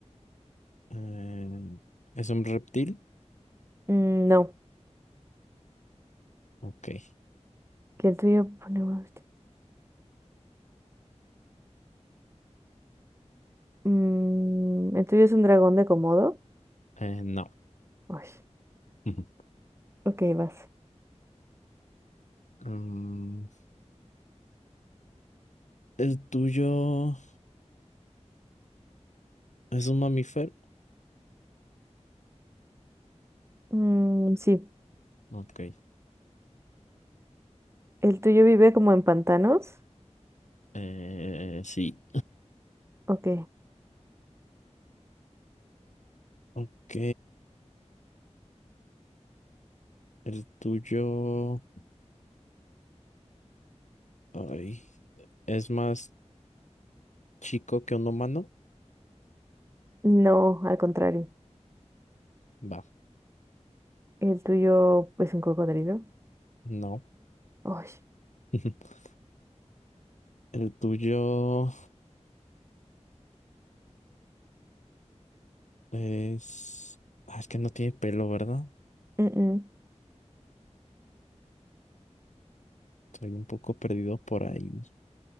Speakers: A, on the left; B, on the right.
A: eh, ¿es un reptil?
B: Mm, no,
A: Ok.
B: que el tuyo pone huevos. Mm, ¿el tuyo es un dragón de Komodo?
A: Eh, no.
B: Uy,
A: Ujú.
B: Ok, vas.
A: Mm, ¿el tuyo es un mamífero?
B: Mm, sí.
A: Ok.
B: ¿El tuyo vive como en pantanos?
A: Eh, sí.
B: Ok.
A: Ok. ¿El tuyo, ay, es más chico que un humano?
B: No, al contrario.
A: Va,
B: El tuyo, pues un cocodrilo.
A: no.
B: Ay,
A: <laughs> ¿El tuyo es... ah, es que no tiene pelo, ¿verdad?
B: mm, mm,
A: Estoy un poco perdido por ahí.